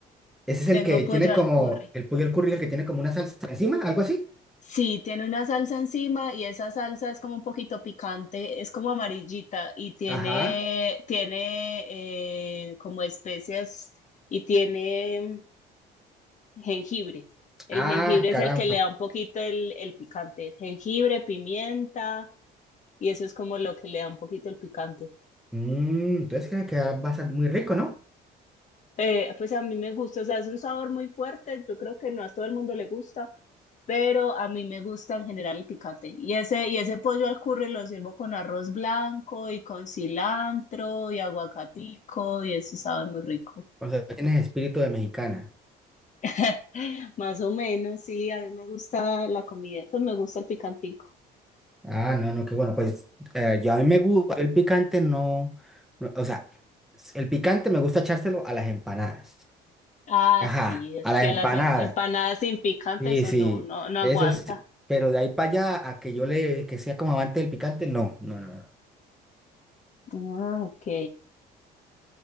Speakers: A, in the centre; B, on the left.
A: Ese es el
B: Tengo
A: que tiene
B: pollo
A: como,
B: al curry.
A: el pollo al curry, el que tiene como una salsa encima, algo así.
B: Sí, tiene una salsa encima y esa salsa es como un poquito picante, es como amarillita y tiene,
A: Ajá.
B: tiene eh, como especias y tiene mm, jengibre. El
A: Ah,
B: jengibre
A: caramba.
B: es el que le da un poquito el, el picante. Jengibre, pimienta y eso es como lo que le da un poquito el picante.
A: Mm, entonces creo que queda bastante muy rico, ¿no?
B: Eh, pues a mí me gusta, o sea, es un sabor muy fuerte, yo creo que no a todo el mundo le gusta. pero a mí me gusta en general el picante. Y ese, y ese pollo al curry lo sirvo con arroz blanco y con cilantro y aguacatico y eso sabe muy rico.
A: O sea, tienes espíritu de mexicana.
B: <laughs> Más o menos, sí, a mí me gusta la comida, pues me gusta el picantico.
A: Ah, no, no, qué bueno. Pues eh, yo a mí me gusta, el picante no, no, o sea, el picante me gusta echárselo a las empanadas.
B: Ah,
A: Ajá,
B: sí, es
A: a la
B: que
A: empanada.
B: a las em- empanadas sin picante
A: Sí,
B: eso
A: sí,
B: no, no, no
A: eso
B: aguanta.
A: sí. Pero de ahí para allá a que yo le, que sea como amante del picante, no, no, no, no,
B: Ah, ok,